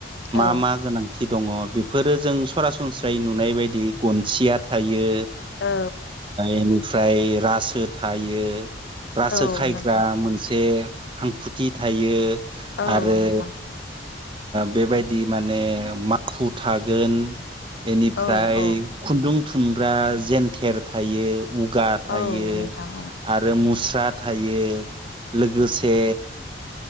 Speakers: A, on the left; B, on the right.
A: औ
B: मा मा गोनांथि दि दङ बेफोरो जों सरासनस्रायै नुनाय बायदि गनसिया थायो
A: औ
B: इनिफ्राय रासो थायो रासो
A: औ
B: खायग्रा
A: नोंथां
B: मोनसे हांखुथि थायो
A: औ
B: आरो
A: नोंथां
B: बेबायदि माने माखु थागोन बेनिफ्राय
A: औ औ
B: खुन्दुं थुनग्रा जेनथेर थायो उगा थायो
A: औ नोंथां
B: आरो मुस्रा थायो लोगोसे